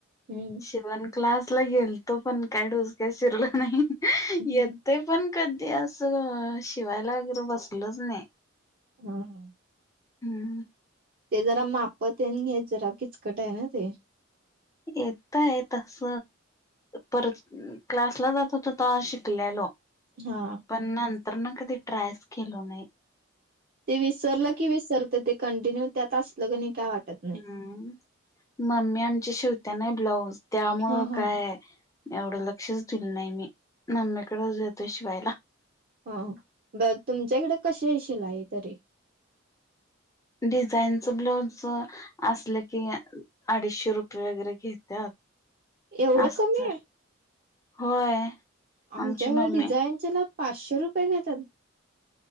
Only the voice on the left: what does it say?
शेवण क्लासला गेलतो पण काय डोसक्यात शिरला नाही
येतय पण कधी असं शिवायला वैगैरे बसलोच नाही.
हम्म
येतय तस. परत क्लासला जात होतो तवा शिकलेलो.
पण नंतरन कधी ट्रायच केलो नाही.
ह मम्मी आमची शिवते ना ब्लाऊज त्यामुळ
काय एवढं लक्षच दिलं नाही मी मम्मीकडेच देतो शिवायला.
डिझाईनचं ब्लाऊज असलं की अडीचशे रुपये वगैरे घेतात.
अस्तर
होय.
आमची मम्मी